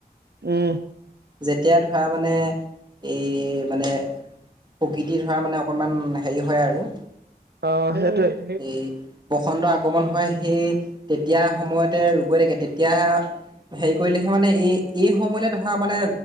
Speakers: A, on the right; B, on the right.
A: উম।
B: যেতিয়া ধৰা মানে এই মানে প্ৰকৃতি ধৰা মানে অকণমান হেৰি হয় আৰু।
A: অ' সেইটোৱেই।
B: এই বসন্ত আগমন হয়, সেই তেতিয়া সময়তে গই লাগে তেতিয়া হেৰি কৰিলেহে মানে এই এই সময়লৈ ধৰা মানে